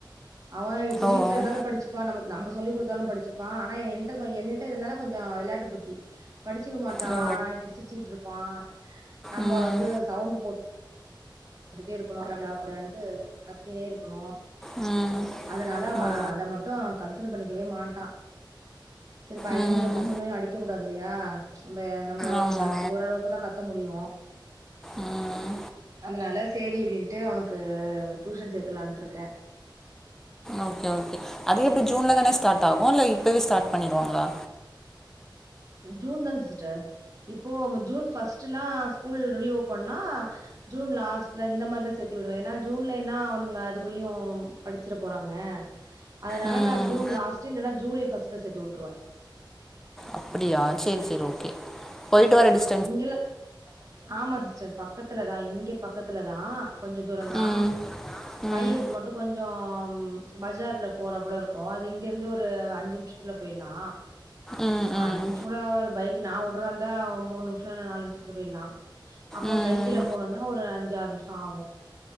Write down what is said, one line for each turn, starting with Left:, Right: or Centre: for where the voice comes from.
Right: அவ எப்டி
Centre: ஓ
Right: வீட்டுல இருந்தாலு படிச்சு இப்ப நம நம்ம சொல்லி கொடுத்தாலு படிச்சுப்பா ஆனா என்ட் என்னிட்ட இருந்தாலு கொஞ்ச வெளாட்டு புத்தி படிச்சுக்க மாட்டா
Centre: ஓ
Right: கிசிரிச்சுக்கிட் ருப்பா நம்ம
Centre: ம்
Right: வந்து சவுண்ட் போட் பட்டுட்டே இருக்கணும் பர்ரா பர்ரா னு கத்தினே இருக்கணு
Centre: ம்
Right: அதனால அவ
Centre: ஓ
Right: அத மட்டு கன்சொல் பண்ணிக்கவே மாட்டா சில பையன்கள
Centre: ம்
Right: பசங்களையு அடிக்க கூடாது இல்லையா நம்ம நம்ம
Centre: ஆமா
Right: கத் ஓரளவுக்கு தா கத்த முடியு
Centre: ம்
Right: அதனால சரி அப்டின்ட்டு அவனுக்கு டியூசன் சேத்துட்லான்ட்ருக்க
Centre: ஓகே ஓகே அது எப்டி ஜூன் தானே ஸ்டாட் ஆகு இல்ல இப்பவே ஸ்டாட் பண்ணிட்வாங்ளா
Right: ஜூன் தான் சிஸ்டர் இப்போ ஜூன்பஸ்ட்டுனா ஸ்கூல் ரீ ஓபன்னா ஜூன் லாஸ்ட்ல இந்த மாரிதா சேத்து விடுவே ஏன்னா ஜூன்ல என்னா அவங்க அதுக்குள்ளயு படிச்சிர போறாங்க அதனால
Centre: ஆ ம்
Right: நா ஜூன் லாஸ்ட்ல இல்லன்னா ஜூலை பஸ்ட்ல சேத்து வுட்ருவே
Centre: அப்படியா சேர் சேர் ஓகே போயிட்டு வர டிஸ்ட
Right: இங்கல்ல ஆமா சிஸ்டர் பக்கத்துல இங்க பக்கத்துல தா கொஞ்ச தூரந்தா
Centre: ம் ம்
Right: பையனுக்கு மட்டு கொஞ்ச பஜார்ல போற போல இருக்கு அது இங்கேர்ந்து ஒரு அஞ்சு நிமிஷத்தில போயிற்லா
Centre: ம் ம்
Right: அஞ்சு நிமிஷங் கூட ஆகாது பைக் நா வுட்றேந்தா மூண் நிம்ஸ்ஸோ இல்ல நாலு நிமிசத்துல போயிற்லா அப்ப
Centre: ம்
Right: சைக்கிள்ல போனும்னா ஒரு அஞ்சாறு நிமிஷொ ஆகு